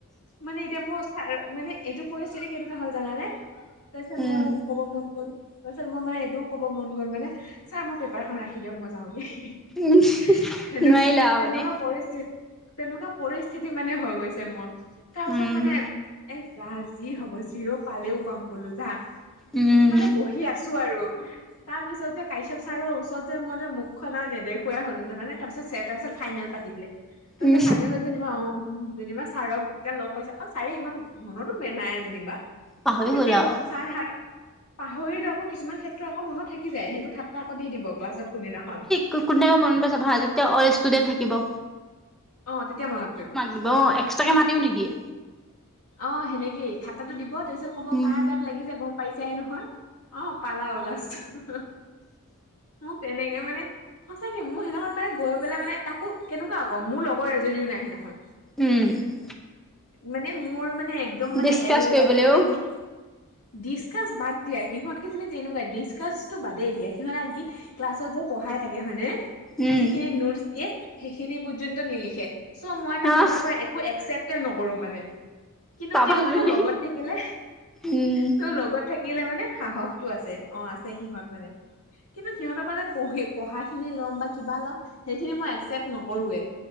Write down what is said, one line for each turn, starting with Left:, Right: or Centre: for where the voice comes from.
Left: মানে এতিয়া মোৰ মানে এইটো পৰিস্থিতি কেইেতে হ'ল জানানে? তাৰপিছত
Centre: উম
Left: মোৰ কব মন গ'ল। তাৰপাছত মই মানে এইটোও কব মন গ'ল মানে, ছাৰ মোৰ পেপাৰখন ৰাখি দিয়ক মই যাওঁগে হে, হে।
Centre: উম
Left: <unintelligible> সেনেকুৱা
Centre: নোৱাৰিলা আৰু
Left: তেনেকুৱা
Centre: মানে
Left: পৰিস্থিতি তেনেকুৱা পৰিস্থিতি মানে হৈ গৈছে মোৰ। তাৰপিছত
Centre: উম
Left: মানে এ যা, যি হব যিৰো পালেও পাম বোলো যা।
Centre: উম
Left: মানে বহি আছো আৰু তাৰপিছত যে কাশ্যপ ছাৰৰ ওচৰত যে, মই যে মুখ খনৰ নেদেখুৱাই হ'লো জানানে? তাৰ পিছত চে তাৰপিছত ফাইনেল পাতি দিলে। তাৰ
Centre: উম
Left: পিছত ফাইনেলত যেনিবা অ' যেনিবা ছাৰক তেতিয়া লগ পাইছো, অ ছাৰে ইমান মনতো নাই যেনিবা।
Centre: পাহৰি
Left: কিন্তু
Centre: গ'লা
Left: তেওঁ
Centre: আৰু
Left: ছাৰ হাত পাহৰিলো আকৌ কিছুমান ক্ষেত্ৰত আকৌ মনত থাকি যায়, সেইটো ঠাট্টা কৰি দিব ক্লাছত কোনদিনাখন।
Centre: কোন দিনা খন মনত পৰে চাবা, যেতিয়া অইল ষ্টুডেণ্ট থাকিব।
Left: অ তেতিয়া মনত পৰিব।
Centre: দিব অঁ এক্সট্ৰাকৈ মাতিও নিদিয়ে।
Left: অ সেনেকেই ঠাট্টা টো দিব, তাৰ পিছত কব'
Centre: উম
Left: কাৰ গাত লাগিছে গম পাইছাই নহয়? অ পালা ও লাস্ত উম, তেনেকে মানে সঁচাকে মোৰ সেইদিনাখন মানে গৈ পেলাই মানে তাকো কেনেকুৱা আকৌ মোৰ লগৰ এজনীও নাই সেইদিনাখন।
Centre: উম
Left: মানে মোৰ মানে একদম মানে
Centre: ডিচকাচ
Left: এল
Centre: কৰিবলৈও
Left: লাগি মানে কি ডিচকাছ বাদ দিয়া সিহঁত কিজনী তেনেকুৱায়ে ডিচকাচটো বাদেই দিয়া সিহঁত আনকি ক্লাছত যে পঢ়াই থাকে হয়নে?
Centre: উম
Left: যিখিনি নোত্চ দিয়ে সেইখিনি পৰ্যন্ত নিলিখে চ' মই তাঁহতৰ
Centre: আহ
Left: পৰা এক কো একচেপ্টে নকৰো মানে। কিন্তু
Centre: পাবা
Left: তেওঁ মানে
Centre: বুলি
Left: লগত থাকিলে
Centre: উম
Left: তেওঁ লগত থাকিলে মানে সাহসটো আছে অ আছে সিহঁত মানে। কিন্তু সিহঁতৰ পৰা যে পঢ়ি পঢ়াখিনি ল'ম বা কিবা ল'ম সেইখিনি মই একচেপ্ট নকৰোৱে।